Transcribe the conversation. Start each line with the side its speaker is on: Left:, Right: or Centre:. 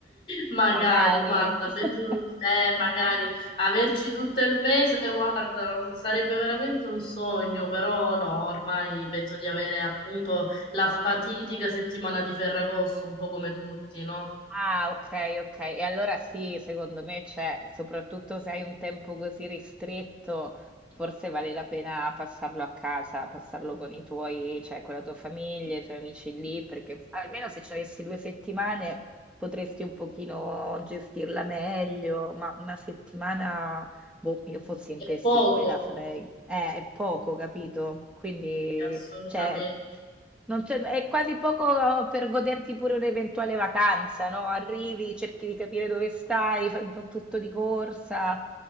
Left: magari,
Centre: Magari.
Left: guarda,
Centre: <laughs>
Left: penso, eh, magari averci tutto il mese, guarda, sarebbe veramente un sogno, però no, ormai penso di avere appunto la fatidica settimana di Ferragosto, un po' come tutti, no?
Centre: Ah, ok, ok. E allora sì, secondo me c'è, soprattutto se hai un tempo così ristretto, forse vale la pena passarlo a casa, passarlo con i tuoi, cioè con la tua famiglia, i tuoi amici lì, perché almeno se ci avessi due settimane potresti un pochino gestirla meglio, ma una settimana, boh, io fossi in
Left: È
Centre: te sì,
Left: poco,
Centre: me la farei. Eh, è poco, capito? Quindi
Left: sì, assolutamente.
Centre: cioè, non c'è- è quasi poco oh, per goderti pure un'eventuale vacanza, no? Arrivi, cerchi di capire dove stai, fai un po' tutto di corsa.